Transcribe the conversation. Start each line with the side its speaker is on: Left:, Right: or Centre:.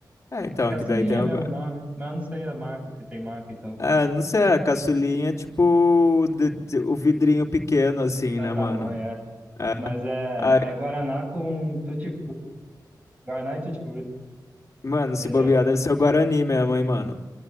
Left: É, então,
Right: É caçulinha
Left: que daí tem o.
Right: mesmo
Left: gua-
Right: o nome, mas eu não sei a marca, se tem marca, então.
Left: Ah, não sei, a caçulinha é tipo de- de- o vidrinho pequeno, assim,
Right: É
Left: né,
Right: o tamanho,
Left: mano?
Right: é.
Left: É.
Right: Mas é,
Left: Ai,
Right: é Guaraná com tutti-frutti. Guaraná e tutti-frutti.
Left: mano, se
Right: Esse
Left: bobear,
Right: é,
Left: deve ser o Guarani mesmo, hein, mano?